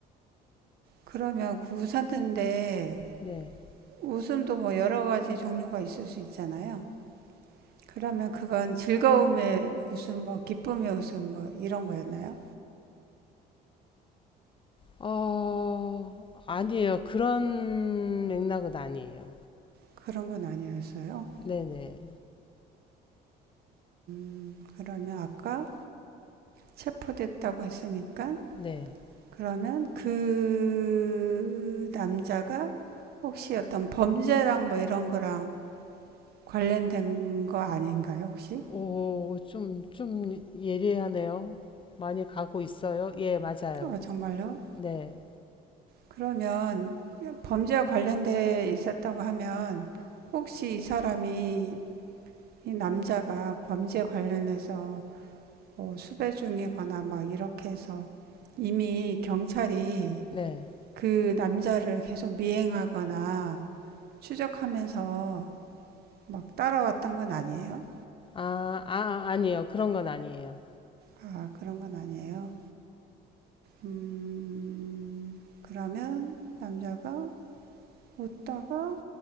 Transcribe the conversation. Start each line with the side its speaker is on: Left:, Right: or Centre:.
Right: 그러면 그 우산인데
Left: 네네
Right: 웃음도 뭐 여러 가지 종류가 있을 수 있잖아요. 그러면 그건 즐거움의 웃음, 뭐 기쁨의 웃음, 뭐 이런 거였나요?
Left: 어, 아니에요. 그런 맥락은 아니에요.
Right: 그런 건 아니었어요.
Left: 네네.
Right: 음, 그러면 아까 체포됐다고 했으니까
Left: 네.
Right: 그러면 그 남자가 혹시 어떤 범죄랑 뭐 이런 거랑 관련된 거 아닌가요, 혹시?
Left: 오, 좀, 좀 예리하네요. 많이 가고 있어요? 예, 맞아요.
Right: 어, 정말요?
Left: 네.
Right: 그러면 범죄와 관련돼 있었다고 하면 혹시 이 사람이 이 남자가 범죄 관련해서 뭐 수배 중이거나 막 이렇게 해서 이미 경찰이
Left: 네.
Right: 그 남자를 계속 미행하거나 추적하면서 막 따라왔던 건 아니에요?
Left: 아, 아, 아니에요. 그런 건 아니에요.
Right: 아, 그런 건 아니에요. 음, 그러면 남자가 웃다가